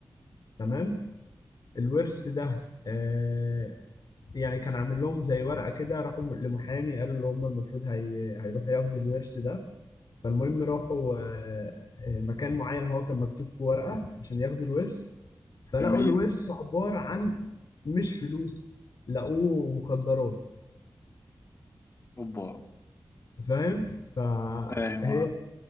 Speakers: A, on the left; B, on the left.
A: تمام الورث ده آه، يعني كان عامل لهم زي ورقة كده راحوا لمحامي قالوا اللي هم المفروض هي... هيروحوا ياخدوا الورث ده فالمهم راحوا آه، آه، مكان معين هو كان مكتوب في ورقة عشان ياخدوا الورث فلقوا
B: جميل
A: الورث عبارة عن مش فلوس لقوه مخدرات
B: اوبا
A: فاهم فهي
B: فاهم اه